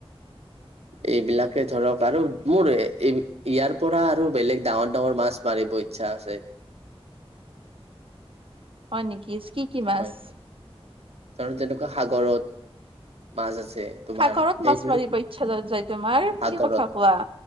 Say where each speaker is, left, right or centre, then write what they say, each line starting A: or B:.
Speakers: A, on the right (about 90°); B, on the right (about 60°).
A: এইবিলাকে ধৰক আৰু মোৰ ইয়াৰ পৰা আৰু বেলেগ ডাঙৰ ডাঙৰ মাছ মাৰিব ইচ্ছা আছে।
B: হয় নেকি? কি মাছ
A: হয়। <unintelligible> যেনেকুৱা সাগৰত মাছ আছে তোমাৰ
B: সাগৰত
A: সেইবিলাক
B: মাছ মাৰিব ইচ্ছা য-যায় তোমাৰ,
A: সাগৰত
B: কি কথা কোৱা?